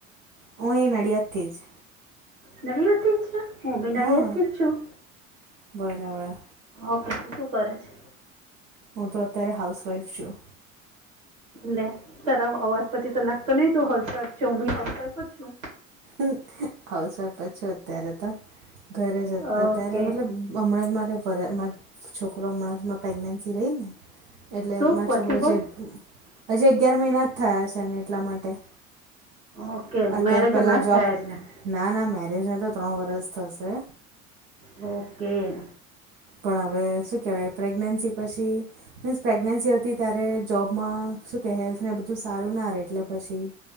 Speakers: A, on the right (about 55°); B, on the right (about 75°).
A: હું, અહીં નડિયાદથી જ.
B: નડીયાદ થી જ છે, હું બી નડીયાદ
A: હા
B: થી જ છું.
A: બરાબર
B: ઓકે, તુ શું કરે છે?
A: હું તો, અત્યારે હાઉસવાઇફ છું.
B: લે, તાર અવાજ પછી તો લાગતો નહીં, તુ હાઉસવાઇફ છે. હું બી હાઉસવાઇફ જ છું.
A: હ હાઉસવાઈફ છું, અત્યારે તો, ઘરે
B: ઓકે
A: અત્યારે મતલબ- હમણાં જ મારે, વ મારા છોકરો હમણાં જ માર પ્રેગ્નન્સી રહી ને? એટલે
B: શું
A: મારા
B: ફરથી
A: છોકરો,
B: બોલ
A: જે હજી અગિયાર મહિના જ થયા છે. અને એટલા માટે-
B: ઓકે,
A: અત્યારે
B: મેરેજ
A: પહેલાં
B: હમણાં જ
A: જોબ
B: થયા એટલે-
A: ના ના, મેરેજને તો ત્રણ વરસ થશે.
B: ઓકે.
A: પણ, હવે શું કહેવાય પ્રેગ્નેન્સી પછી - મીન્સ પ્રેગ્નેન્સી હતી ત્યારે, જોબમાં શું કે હેલ્થને બધું સારું ના રહે એટલે પછી-